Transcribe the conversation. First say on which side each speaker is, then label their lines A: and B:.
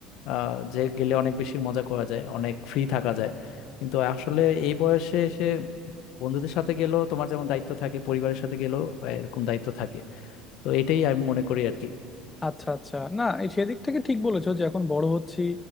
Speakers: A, on the left; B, on the left.
A: আহ, যে গেলে অনেক বেশি মজা করা যায় অনেক ফ্রি থাকা যায় কিন্তু আসলে এই বয়সে এসে বন্ধুদের সাথে গেলেও তোমার যেমন দায়িত্ব থাকে পরিবারের সাথে গেলেও আহ, এরকম দায়িত্ব থাকে তো এটাই আমি মনে করি আর কি
B: আচ্ছা আচ্ছা না এই সেদিক থেকে ঠিক বলেছো যে এখন বড় হচ্ছি